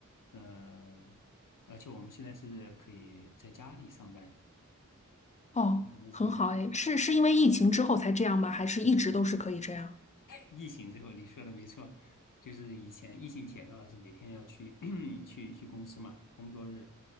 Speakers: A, on the left; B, on the left.
A: 嗯、而且我们现在是可以在家里上班，
B: 哦，
A: 没什么时间。
B: 很好哎，是是因为疫情之后才这样吗？还是一直都是可以这样？
A: 疫情之后，你说的没错，就是以前疫情前的话是每天要去 <coughs> <clears throat> 去去公司嘛，工作日，